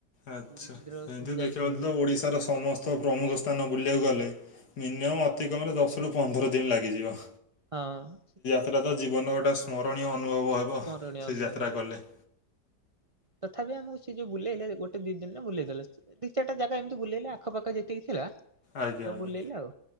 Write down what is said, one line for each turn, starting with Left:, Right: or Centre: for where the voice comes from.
Left: ଆଚ୍ଛା।
Right: ପୁରୀ ମନ୍ଦିର
Left: ଏମିତି
Right: ଯାଇଥିନୁ
Left: ଦେଖିବାକୁ ଗଲେ ତ ଓଡିଶାର ସମସ୍ତ ପ୍ରମୁଖ ସ୍ଥାନ ବୁଲିବାକୁ ଗଲେ ମିନିମମ୍
Right: ହଁ।
Left: ଅତିକମ୍ ରେ ଦଶରୁ ପନ୍ଦର ଦିନ ଲାଗିଯିବ।
Right: ହଁ।
Left: ସେଟା
Right: ଟିକେ
Left: ତ ଜୀବନର ଗୋଟେ ସ୍ମରଣୀୟ ଅନୁଭବ ହେବ
Right: ସ୍ମରଣୀୟ
Left: ସେ
Right: ଅନୁଭବ
Left: ଯାତ୍ରା
Right: ରହିଥାଏ
Left: କଲେ।
Right: ତଥାପି ଆମକୁ ସେ ଯୋଉ ବୁଲେଇଲେ ଗୋଟେ ଦି ଦିନରେ ବୁଲେଇଦେଲେ ସେ। ତିନି ଚାରିଟା ଜାଗା ଏମିତି ବୁଲେଇଲେ ଆଖପାଖ ଯେତିକି ଥିଲା। ସବୁ
Left: ଆଜ୍ଞା ଆଜ୍ଞା
Right: ବୁଲେଇଲେ ଆଉ